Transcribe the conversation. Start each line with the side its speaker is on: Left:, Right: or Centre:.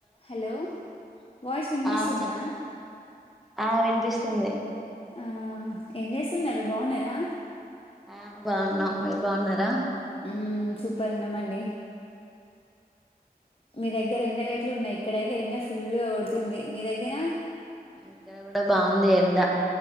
Left: Hello voice వినిపిస్తుందా
Centre: ఆ చెప్పండి ఆ వినిపిస్తుంది
Left: ఆ ఏం చేసున్నారు బాగున్నారా
Centre: ఆ బాగున్నాం మీరు బాగున్నారా
Left: మ్మ్ సూపర్ ఉన్నామండి మీ దగ్గర ఎండ లెట్లు ఉన్నాయి ఇక్కడయితే ఎండ ఫుల్లుగ కొడుతుంది మీ దగ్గర
Centre: ఇక్కడ కూడా బాగుంది ఎండ